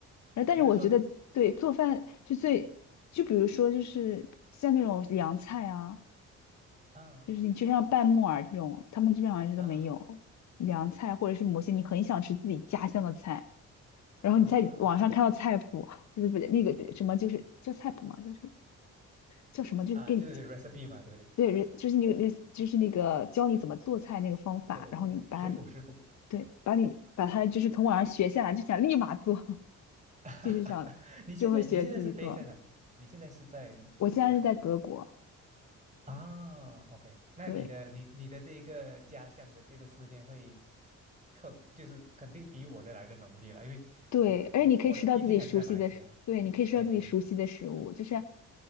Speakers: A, on the left; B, on the right.
A: 然后，但是我觉得对做饭是最，
B: 比如说呢，
A: 就比如说就是像那种凉菜啊，
B: 啊
A: 就是你就像拌木耳这种，他们这边好像是都没有凉菜，
B: 啊啊
A: 或者是某些你很想吃自己家乡的菜，然后你在网上看到菜谱，
B: 啊
A: 不是不是那个什么就是叫菜谱嘛，就是叫什么，就是给你。
B: 啊，就是 recipe 嘛，对不对？
A: 对，人就是那个，人就是那个教你怎么做菜那个方法，
B: 对对对对，
A: 然后你把它
B: 食谱食谱。
A: 对，把你把它就是从网上学下来，就想立马做，<laughs>
B: <laughs>
A: 就是想就会学自己做。
B: 你现在你现在是 base 在哪里？你现在是在哪
A: 我现在是在德国，
B: 啊？OK，那你的你你的这一个家乡的这个思念会
A: 对
B: 特，就是肯定比我的来的浓烈了，因为我我们我毕竟还是在马来西亚。
A: 对，而且你可以吃到自己熟悉的食，对，你可以吃到自己熟悉的食物，
B: 对对对对，
A: 就是